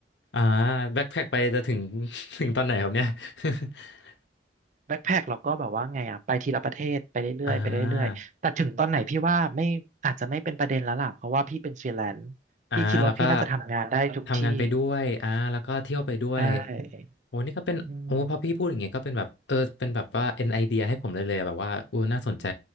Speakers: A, on the left; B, on the right.
A: อ่าแบ็คแพ็คไปจะถึง <laughs> ถึงตอนไหนครับเนี่ย <laughs>
B: แบ็คแพ็คเราก็แบบว่าไงอ่ะไปทีละประเทศไปเรื่อยๆไปเรื่อยๆแต่ถึงตอนไหนพี่ว่าไม่อาจจะไม่เป็นประเด็นแล้วล่ะเพราะว่าพี่เป็นฟรีแลนซ์พี่คิดว่าพี่น่าจะทำงานได้ทุกที่
A: อ่า อ่าแล้วก็ทำงานไปด้วยอ่าแล้วก็เที่ยวไปด้วย
B: ใช่
A: โอ้นี่ก็เป็นโอ้พอพี่พูดอย่างเงี้ยก็เป็นแบบเออเป็นแบบว่าเป็นไอเดียให้ผมเลยเลยอะแบบว่าอู้น่าสนใจ
B: อืม